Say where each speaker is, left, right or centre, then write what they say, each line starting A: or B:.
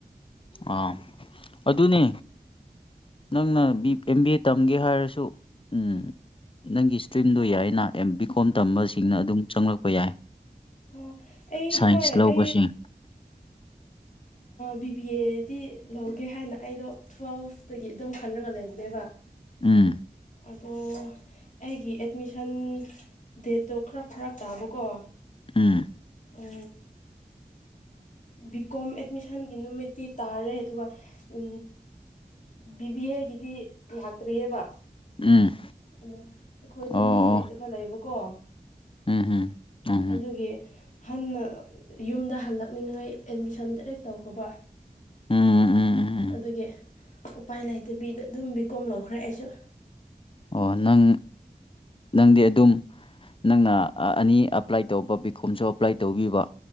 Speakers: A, on the left (about 35°); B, on the left (about 50°).
A: ꯑꯥ ꯑꯗꯨꯅꯤ ꯅꯪꯅ ꯑꯦꯝ ꯕꯤ ꯑꯦ ꯇꯝꯒꯦ ꯍꯥꯏꯔꯁꯨ ꯎꯝ ꯅꯪꯒꯤ ꯏꯁꯇ꯭ꯔꯤꯝꯗꯣ ꯌꯥꯏ ꯑꯩꯅ ꯑꯦꯝ ꯕꯤ ꯀꯣꯝ ꯇꯝꯕꯁꯤꯡꯅ ꯑꯗꯨꯝ ꯆꯪꯂꯛꯄ ꯌꯥꯏ
B: ꯑꯣ ꯑꯩ
A: ꯁꯥꯏꯟꯁ
B: ꯍꯣꯏ
A: ꯂꯧꯕꯁꯤꯡ
B: ꯑꯩ ꯕꯤ ꯕꯤ ꯑꯦꯗꯤ ꯂꯧꯒꯦ ꯍꯥꯏꯅ ꯑꯩꯗꯣ ꯇ꯭ꯋꯦꯜꯐꯇꯒꯤ ꯑꯗꯨꯝ ꯈꯟꯅꯔꯒ ꯂꯩꯕ ꯑꯗꯨꯗꯦ ꯋꯥ
A: ꯎꯝ
B: ꯑꯗꯣ ꯑꯩꯒꯤ ꯑꯦꯠꯃꯤꯁꯟ ꯗꯦꯠꯇꯣ ꯈꯔ ꯐꯔꯛ ꯇꯥꯕꯀꯣ
A: ꯎꯝ
B: ꯎ ꯕꯤ ꯀꯣꯝ ꯑꯦꯗꯃꯤꯁꯟꯒꯤ ꯅꯨꯃꯤꯠꯇꯤ ꯇꯥꯔꯦ ꯑꯗꯨꯒ ꯎ ꯕꯤꯕꯤ ꯑꯦꯒꯤ ꯗꯤ ꯂꯥꯛꯇ꯭ꯔꯤꯑꯕ
A: ꯎꯝ
B: ꯑꯗꯣ ꯑꯩꯈꯣꯏꯗ
A: ꯑꯣ
B: ꯃꯤ
A: ꯑꯣ
B: ꯂꯩꯇꯕ ꯂꯩꯕꯀꯣ
A: ꯎꯝ ꯎꯝ
B: ꯑꯗꯨꯒꯤ ꯍꯟꯅ ꯌꯨꯝꯗ ꯍꯜꯂꯛꯅꯤꯉꯥꯏ ꯑꯦꯠꯃꯤꯁꯟ ꯗꯥꯏꯔꯦꯛ ꯇꯧꯈ꯭ꯔꯕ
A: ꯎꯝ ꯎꯝ ꯎꯝ ꯎꯝ ꯎꯝ ꯎꯝ
B: ꯑꯗꯨꯒꯤ ꯎꯄꯥꯏ ꯂꯩꯇꯕꯤꯗ ꯑꯗꯨꯝ ꯕꯤꯀꯣꯝ ꯂꯧꯈ꯭ꯔꯦ ꯑꯩꯁꯨ
A: ꯑꯣ ꯅꯪ ꯅꯪꯗꯤ ꯑꯗꯨꯝ ꯅꯪꯅ ꯑꯅꯤ ꯑꯄ꯭ꯂꯥꯏ ꯇꯧꯕ ꯕꯤ ꯀꯣꯝꯁꯨ ꯑꯦꯄ꯭ꯂꯥꯏ ꯇꯧꯕꯤꯕ